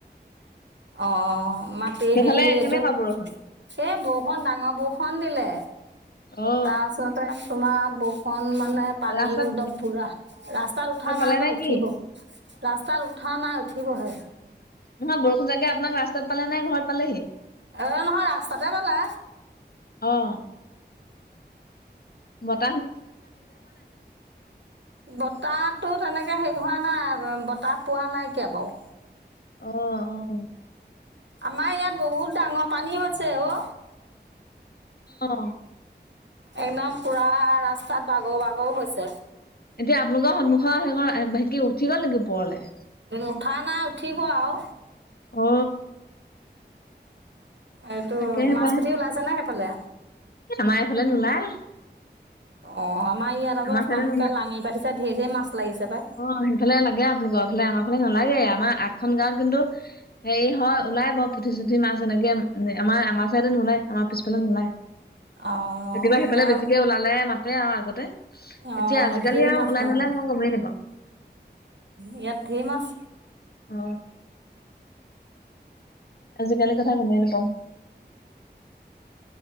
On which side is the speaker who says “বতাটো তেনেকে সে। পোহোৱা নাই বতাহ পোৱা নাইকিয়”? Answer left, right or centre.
Right